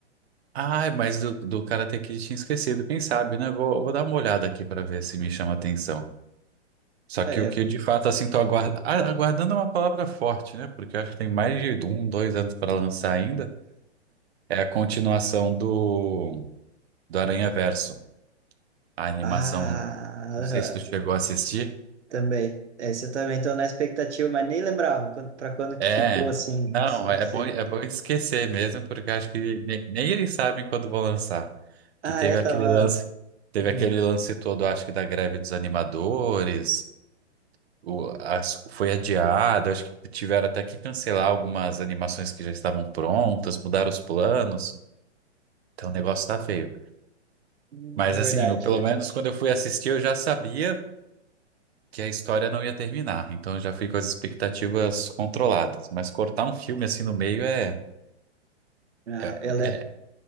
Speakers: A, on the right; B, on the right.
A: Ai, mas do, do Karate Kid tinha esquecido. Quem sabe, né? Vou, vou dar uma olhada aqui pra ver se me chama atenção. Só
B: É,
A: que o que eu de fato assim tô aguar- a- aguardando é uma palavra forte, né? Porque eu acho que tem mais de um, dois anos pra lançar ainda. É a continuação do, do Aranha Verso, a animação.
B: ah, aham,
A: Não sei se tu chegou a assistir.
B: também. Esse eu também tô na expectativa, mas nem lembrava quando, pra quando que
A: É,
B: ficou assim,
A: não,
B: isso nem
A: é
B: sei.
A: bom, é bom esquecer mesmo, porque eu acho que nem, nem eles sabem quando vão lançar.
B: Ah,
A: Que teve
B: é, tava.
A: aquele lance, teve
B: Uhum.
A: aquele lance todo, acho que da greve dos animadores, o, as- foi adiado, acho que tiveram até que cancelar algumas animações que já estavam prontas, mudaram os planos, então o negócio tá feio.
B: Hum,
A: Mas
B: Verdade,
A: assim, eu, pelo
B: verdade.
A: menos quando eu fui assistir, eu já sabia que a história não ia terminar, então eu já fui com as expectativas controladas. Mas cortar um filme assim no meio é.
B: Ah,
A: é
B: ela
A: <laughs>
B: é.
A: é